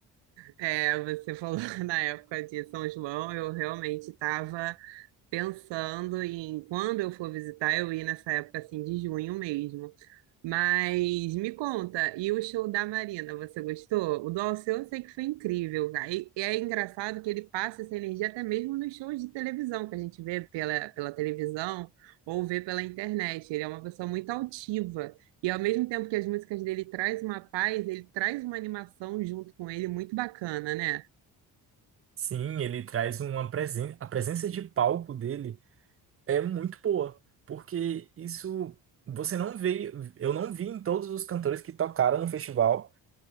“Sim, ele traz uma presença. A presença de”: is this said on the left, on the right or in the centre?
Right